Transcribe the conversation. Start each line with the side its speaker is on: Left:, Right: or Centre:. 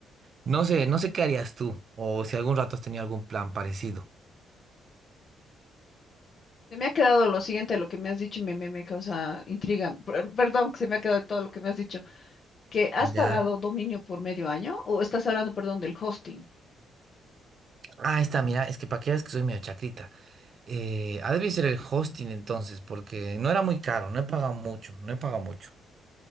Right: No sé, no sé qué harías tú, o si algún rato has tenido algún plan parecido.
Left: Se me ha quedado lo siguiente de lo que me has dicho y me, me, me causa intriga. Per- Perdón, que se me ha quedado todo lo que me has dicho. ¿Que has
Right: Ya.
Left: pagado dominio por medio año o estás hablando, perdón, del hosting?
Right: Ah, ahí está, mira, es que para que veas que soy medio chacrita. Eh, ha de ser el hosting entonces, porque no era muy caro, no he pagado mucho, no he pagado mucho.